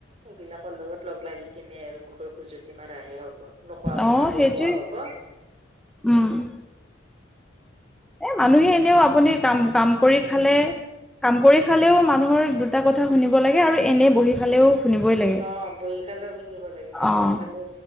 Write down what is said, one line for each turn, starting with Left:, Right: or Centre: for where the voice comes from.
Right: এইবিলাকৰ লগত লগ লাগি কিনে আৰু মুখৰ খুজুৱতি মাৰাহে হ'ব। নোকোৱা কথাটো
Centre: অঁ সেইটোৱে
Right: কোৱা হব
Centre: উম। এ মানুহে এনেওঁ আপুনি কাম কাম কৰি খালে, কাম কৰি খালেওঁ মানুহৰ দুটা কথা- কথা শুনিব লাগে আৰু এনে বহি খালেও শুনিবই লাগে
Right: অ বহি খালেও শুনিব লাগে কাম
Centre: অঁ।
Right: কৰি খালেও